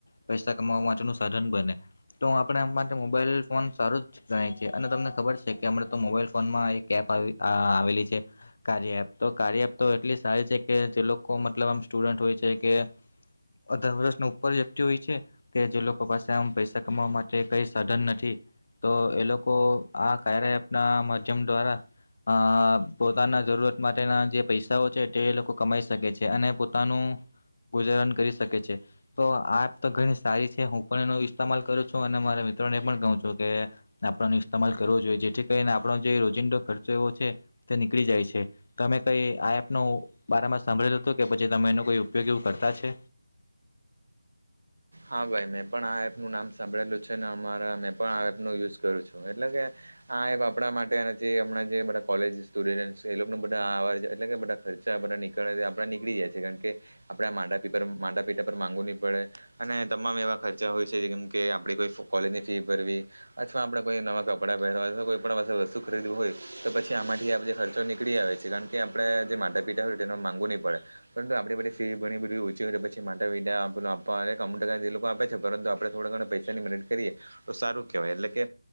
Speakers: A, on the left; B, on the right.
A: પૈસા કમાવા માટેનું સાધન બને. તો આપણે આમ માટે મોબાઈલ ફોન સારું જ ગણાય છે અને તમને ખબર છે કે હમણા તો મોબાઈલ ફોનમાં એક એપ આવેલી છે. કાર્ય એ તો કાર્ય એ તો એટલી સારી છે કે જે લોકો મતલબ આમ સ્ટુડન્ટ હોય છે. કેે અધર વર્ષના ઉપર વ્યક્તિ હોય છે. કે જે લોકો પાસે આમ પૈસા કમાવા માટે કઈ સાધન નથી. તો એ લોકો આ ક આપના માધ્યમ દ્વારા અ પોતાના જરૂરત માટેના જે પૈસાઓ છે તે લોકો કમાઈ શકે છે. અને પોતાનું ગુજારન કરી શકે છે તો આ તો ઘણી સારી છે હું પણ એનો ઇસ્તેમાલ કરું છું અને મારા મિત્રોને એ પણ કહું છું કે આપને ઇસ્માલ કરવો જોઈએ જેથી કરીને આપણો જે રોજિંદો ખર્ચો એવો છે તે નીકળી જાય છે. તમે કઈ આ એપ ન બારમાં સાંભળેલું હતું કે પછી તમે એનો કઈ ઉપયોગ એવું કરતા છે.
B: હા ભાઈ મેં પણ આ એપનું નામ સાંભળેલું છે ને અમારા મેં પણ આ એપનો યુઝ કરું છું એટલે કે. આ એ આપણા માટે જે હમણા જે બધા કોલેજ સ્ટુડન્ટ એ લોકો બધા અવા એટલે કે બધા ખર્ચા આપ નીકળે આપણા નીકળી જાય છે કારણ કે આપણે માા માટા પીટા પર માંગુ ની પડે અને તમામ એવા ખર્ચા હોય છે જેમ કે આપણે કોઈ કોલેજની ફી ભરવી અથવા આપણે કોઈ નવા કપડાં પહેરવા કોઈ પણ પા વસ્તુ ખરીદવું હોય. તો પછી આમાંથી આપે ખર્ચો નીકળી આવે છે કારણ કે આપણે જે માતા પિતા હોય તેનું માગુ નહી પડે પરંતુ આપણી પધી ફ ભણી બધી ઓછી હોય તો પછી માતા પિ આપ આપવા ટકા એ લોકો આપે છે પરંતુ આપડણે થોડા ઘણા પૈસાની મેરટ કરીએ તો સારું કેહેવાય એટલે કે